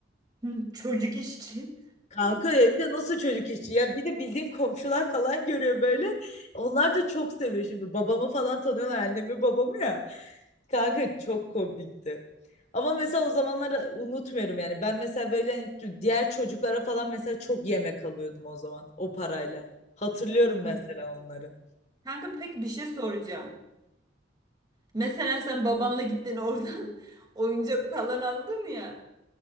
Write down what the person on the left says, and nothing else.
Kanka ya bir de nasıl çocuk işçi ya bir de bildiğim komşular falan görüyor böyle. Onlar da çok seviyor şimdi. Babamı falan tanıyorlar annemi babamı ya. Kanka çok komikti. Ama mesela o zamanları unutmuyorum yani. Ben mesela böyle hani diğer çocuklara falan mesela çok yemek alıyordum o zaman o parayla. Hatırlıyorum
mesela onları.